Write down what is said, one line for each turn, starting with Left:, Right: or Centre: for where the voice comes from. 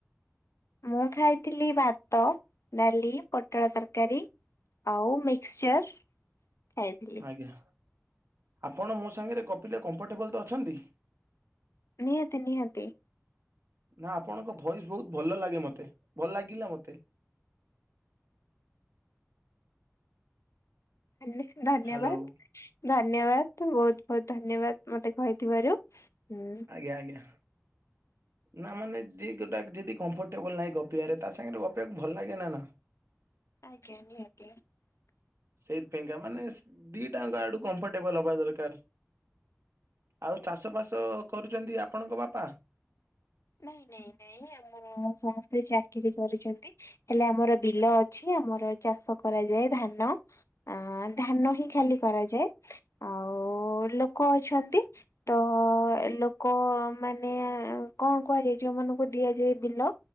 Left: ମୁଁ ଖାଇଥିଲି ଭାତ, ଡାଲି, ପୋଟଳ ତରକାରୀ, ଆଉ ମିକ୍ସଚର୍ ଖାଇଥିଲି।
Right: ଆଜ୍ଞା। ଆପଣ ମୋ ସାଙ୍ଗରେ ଗପିଲେ କମ୍ଫର୍ଟେବଲ ତ ଅଛନ୍ତି?
Left: ନିହାତି ନିହାତି।
Right: ନା ଆପଣଙ୍କ ଭଏସ ବହୁତ ଭଲ ଲାଗେ ମତେ ଭଲ ଲାଗିଲା ମତେ।
Left: ଆଜ୍ଞା ଧନ୍ୟ
Right: ହ୍ୟାଲୋ।
Left: ଧନ୍ୟବାଦ ଧନ୍ୟବାଦ ବହୁତ ବହୁତ ଧନ୍ୟବାଦ ମତେ କହିଥିବାରୁ। ହୁଁ।
Right: ଆଜ୍ଞା ଆଜ୍ଞା ନା ମାନେ ଯିଏ ଗୋଟାଏ ଯେଦି କମ୍ଫର୍ଟେବଲ ନାହିଁ ଗପିଆରେ ତା ସାଙ୍ଗରେ ଗପିବାକୁ ଭଲ ଲାଗେ ନା ନା।
Left: ଆଜ୍ଞା ନିହାତି ଆଜ୍ଞା।
Right: ସେଇଥିପାଇଁକା ମାନେ ଶ୍ ଦି ଟାଙ୍କ ଆଡୁ କମ୍ଫର୍ଟେବଲ ହବା ଦରକାର। ଆଉ ଚାଷ ବାସ କରୁଛନ୍ତି ଆପଣଙ୍କ ବାପା?
Left: ନାଇଁ ନାଇଁ ନାଇଁ ଆମର ସମସ୍ତେ ଚାକିରି କରିଛନ୍ତି। ହେଲେ ଆମର ବିଲ ଅଛି ଆମର ଚାଷ କରାଯାଏ ଧାନ ଆ ଧାନ ହିଁ ଖା ଲି କରାଯାଏ ଆଉ ଲୋକ ଅଛନ୍ତି ତ ଲୋକ କ ମାନେ ଆଉ କଣ କୁହାଯାଏ ଯୋଉମାନଙ୍କୁ ଦିଆଯାଏ ବିଲ